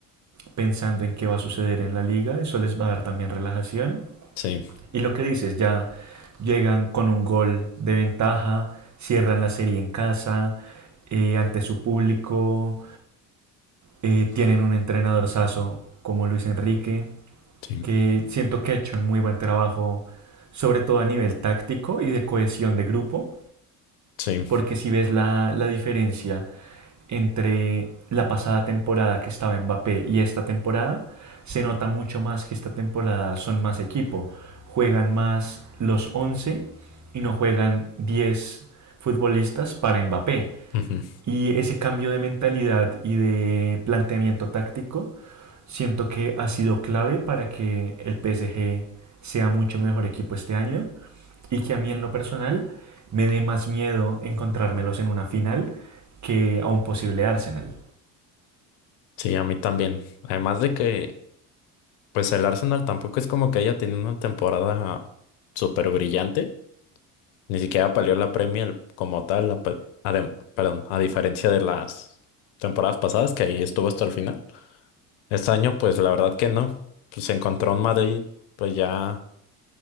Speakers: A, on the right; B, on the left.
A: pensando en qué va a suceder en la liga. Eso les va a dar también relajación.
B: Sí,
A: Y lo que dices, ya llegan con un gol de ventaja, cierran la serie en casa, eh, ante su público, eh, tienen un entrenador como Luis Enrique.
B: sí,
A: que siento que ha hecho un muy buen trabajo, sobre todo a nivel táctico y de cohesión de grupo,
B: sí.
A: porque si ves la, la diferencia entre la pasada temporada que estaba Mbappé y esta temporada, se nota mucho más que esta temporada son más equipo, juegan más los 11 y no juegan 10 futbolistas para Mbappé.
B: ujú.
A: Y ese cambio de mentalidad y de planteamiento táctico Siento que ha sido clave para que el PSG sea mucho mejor equipo este año y que a mí en lo personal me dé más miedo encontrármelos en una final que a un posible Arsenal,
B: Sí, a mí también. Además de que Pues el Arsenal tampoco es como que haya tenido una temporada súper brillante. Ni siquiera palió la Premier como tal, la pa- adem- perdón, a diferencia de las temporadas pasadas, que ahí estuvo hasta el final. Este año, pues la verdad que no. Pues se encontró en Madrid, pues ya